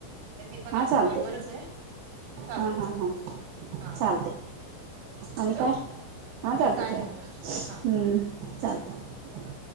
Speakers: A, on the right; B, on the right.
A: ते पण
B: हा
A: आता
B: चालते
A: कॉलवररच आहे. चालते
B: हा हा
A: चालते
B: हा
A: हा
B: चालते.
A: ठेवू
B: आणि काय हा
A: आणि
B: चालत
A: काय
B: ठेवा
A: नाही बघा हा
B: हम्म चालतं.